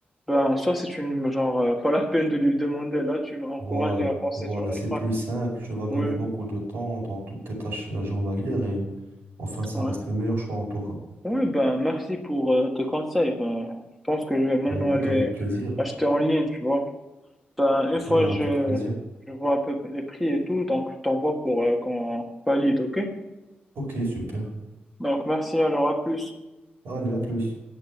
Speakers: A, in the centre; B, on the right.
A: ben en soi c'est une genre euh, pas la peine de lui demander là, tu m'as encouragé
B: Voilà,
A: à penser
B: voilà,
A: sur l'iPhone.
B: c'est plus simple, tu vas gagner
A: Ouais,
B: beaucoup de temps dans toutes tes tâches euh, journalières et enfin, ça
A: ouais.
B: reste le meilleur choix en tout cas.
A: Oui, ben, merci pour euh, tes conseils. Ben, je pense que je vais maintenant
B: Ben écoute,
A: aller
B: avec plaisir.
A: acheter en ligne, tu vois. Ben, une fois
B: Et avec
A: je,
B: plaisir.
A: je vois un peu les prix et tout, donc je t'envoie pour euh, qu'on valide, ok?
B: Ok, super.
A: Donc, merci, alors à plus.
B: Allez, à plus.